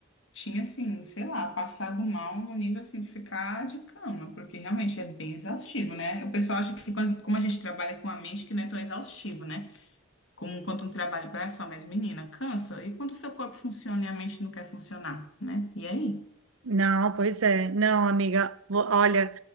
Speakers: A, on the left; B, on the right.
A: tinha, assim, sei lá, passado mal no nível, assim, de ficar de cama, porque realmente é bem exaustivo, né? O pessoal acha que quando- como a gente trabalha com a mente, que não é tão exaustivo, né? Como quando um trabalho braçal, mas menina, cansa. E quando o seu corpo funciona e a mente não quer funcionar, né? E aí?
B: Não, pois é. Não, amiga, vo- olha,